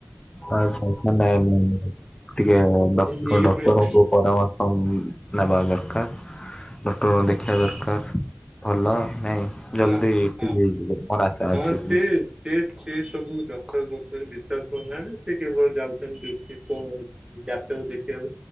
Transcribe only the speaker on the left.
ଆଛା ଆଛା ନାଇଁ ନାଇଁ ନାଇଁ ନାଇଁ ଟିକେ ଡକ୍
ଡକ୍ଟରଙ୍କୁ
ପରାମ ଆଉ ନେବା ଦରକାର, ଡକ୍ଟରଙ୍କୁ ଦେଖେଇବା
ଦରକାର। ଭଲ ନାଇଁ,
ଜଲଦି ଠିକ୍
ହେଇଯିବେ, ମୋର ଆଶା
ଅଛି।